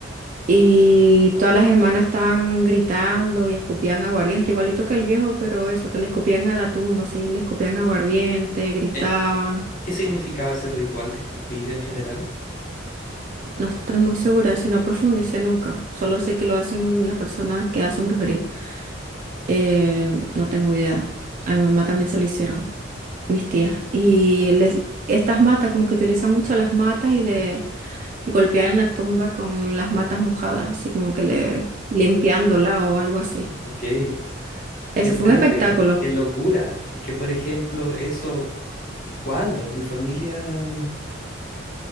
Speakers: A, on the right; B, on the left.
A: Y todas las hermanas estaban gritando y escupían aguardiente, igualito que el viejo, pero eso, que le escupían a la tumba, sí, le escupían aguardiente, gritaban.
B: Eh, ¿qué significaba ese ritual de escupir en general?
A: No estoy muy segura, si no profundicé nunca. Solo sé que lo hacen las personas que hacen brujería. Eh, no tengo idea. A mi mamá también se lo hicieron, mis tías. Y les, estas matas, como que utilizan mucho las matas y le golpean la tumba con las matas mojadas, así como que le limpiándola o algo así.
B: Ok, qué
A: Eso
B: entrete,
A: fue un espectáculo.
B: qué locura, que por ejemplo eso, ¿cuándo? En mi familia, mm,